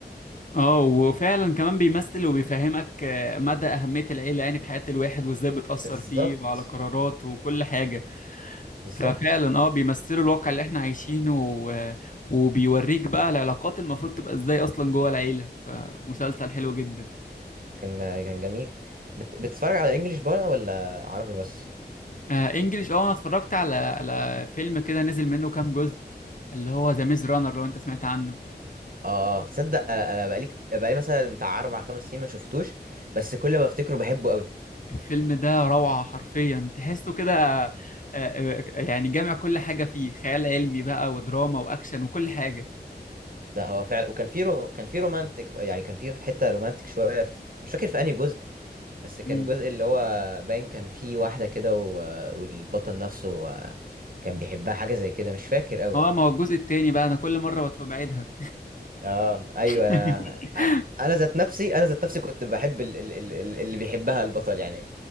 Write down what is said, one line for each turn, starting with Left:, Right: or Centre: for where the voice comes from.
Left: اه وفعلا كمان بيمثل وبيفهمك آه، مدى أهمية العيلة يعني في حياة الواحد وازاي بتأثر
Right: بالظبط
Left: فيه وعلى قراراته وكل حاجة
Right: بالظبط
Left: ففعلا اه بيمثلوا الواقع اللي احنا عايشينه و... وبيوريك بقى العلاقات المفروض تبقى ازاي اصلا جوه العيلة فمسلسل حلو جدا
Right: كان كان جميل بت... بتتفرج على انجليش بقى ولا عربي بس
Left: آه انجليش اه انا اتفرجت على على فيلم كده نزل منه كام جزء اللي هو ذا ميز رانر لو انت سمعت عنه
Right: اه تصدق انا أنا بقالي كت- بقالي مثلا بتاع اربع خمس سنين ما شفتوش بس كل ما افتكره بحبه قوي
Left: الفيلم ده روعة حرفيا تحسه كده آه، آه، يعني جامع كل حاجة فيه خيال علمي بقى ودراما واكشن وكل حاجة
Right: ده هو فعلا وكان في رو... كان في رومانتك يعني كان في حته رومانتك شويه في... مش فاكر في انهي جزء بس كان
Left: مم.
Right: جزء اللي هو باين كان فيه واحدة كده و... والبطل نفسه كان بيحبها حاجة زي كده مش فاكر قوي
Left: اه
Right: يعني
Left: ما هو الجزء التاني بقى انا كل مرة بتف- بعيدها
Right: اه ايوه
Left: <laughs>
Right: انا انا ذات نفسي انا ذات نفسي كنت بحب ال... ال... ال... ال- اللي بيحبها البطل يعني